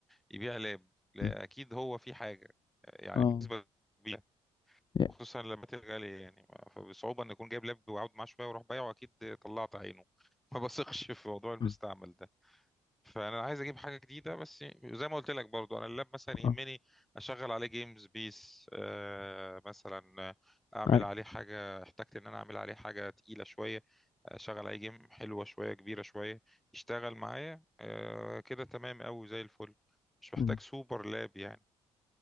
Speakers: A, in the centre; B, on the left.
A: يبيع لاب لا
B: م.
A: اكيد هو في حاجه يعني
B: اه
A: بالنسبه للبيع
B: يا-
A: وخصوصا لما تبقى غاليه يعني فبصعوبه ان اكون جايب لاب وقعد معاه شويه واروح بايعه اكيد طلعت عينه <laughs> ما بثقش في موضوع المستعمل
B: م-
A: ده فانا عايز اجيب حاجه جديده بس زي ما قلت لك برضو انا اللاب مثلا يهمني
B: اه
A: اشغل عليه جيمز بيس آه مثلا آه، اعمل
B: أيوة.
A: عليه حاجه احتجت ان انا اعمل عليه حاجه تقيله شويه اشغل عليه جيم حلوه شويه كبيره شويه يشتغل معايا آه كده تمام قوي زي الفل مش محتاج
B: م.
A: سوبر لاب يعني